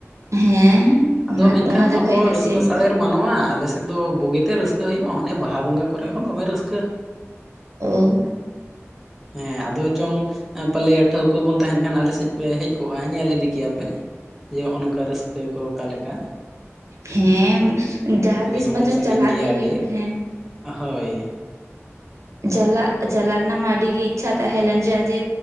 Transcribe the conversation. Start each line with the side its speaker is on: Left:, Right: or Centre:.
Right: ᱦᱮᱸ
Centre: ᱟᱫᱚ
Right: ᱚᱱᱟ
Centre: ᱢᱮᱱᱠᱷᱟᱱ
Right: ᱚᱱᱟ ᱡᱚᱠᱷᱚᱡ
Centre: ᱟᱵᱚ
Right: ᱮᱱᱮᱡ
Centre: ᱨᱟᱹᱥᱠᱟᱹ
Right: ᱥᱮᱨᱮᱧ
Centre: ᱥᱟᱲᱮᱨ
Right: ᱫᱚ
Centre: ᱢᱟᱱ ᱱᱚᱣᱟ ᱟᱞᱮᱥᱮᱫ ᱫᱚ ᱵᱩᱜᱤᱛᱮ ᱨᱟᱹᱥᱠᱟᱹ ᱦᱩᱭᱩᱜᱼᱟ ᱚᱱᱮ ᱵᱟᱦᱟ ᱵᱚᱸᱜᱟ ᱠᱚᱨᱮ ᱦᱚᱸ ᱫᱚᱢᱮ ᱨᱟᱹᱥᱠᱟᱹ᱾
Right: ᱚ,
Centre: ᱦᱮᱸ ᱟᱫᱚ ᱪᱚᱝ ᱯᱟᱞᱮ ᱴᱷᱟᱹᱣᱠᱟᱹ ᱵᱚᱱ ᱛᱟᱦᱮᱱ ᱠᱷᱟᱱ ᱟᱞᱮ ᱥᱮᱫ ᱯᱮ ᱦᱮᱡ ᱠᱚᱜᱼᱟ ᱧᱮᱞ ᱤᱫᱤ ᱠᱮᱭᱟᱯᱮ, ᱡᱮ ᱱᱚᱝᱠᱟ ᱨᱟᱹᱥᱠᱟᱹ ᱠᱚ ᱚᱠᱟᱞᱮᱠᱟ,
Right: ᱦᱮᱸ ᱡᱟᱦᱟᱸ ᱛᱤᱥ
Centre: ᱦᱚᱸᱵᱚᱱ
Right: ᱢᱟᱪᱚᱝ
Centre: ᱥᱟᱺᱜᱤᱧ
Right: ᱪᱟᱞᱟᱜ
Centre: ᱜᱮᱭᱟ
Right: ᱜᱮ ᱦᱩᱭᱩᱜ
Centre: ᱟᱹᱰᱤ
Right: ᱦᱮᱸ,
Centre: ᱦᱳᱭ,
Right: ᱪᱟᱞᱟᱜ ᱪᱟᱞᱟᱜ ᱨᱮᱱᱟᱜ ᱢᱟ ᱟᱹᱰᱤ ᱜᱤ ᱤᱪᱪᱷᱟ ᱛᱟᱦᱮᱸᱞᱮᱱ ᱪᱮᱫᱟᱜ ᱡᱮ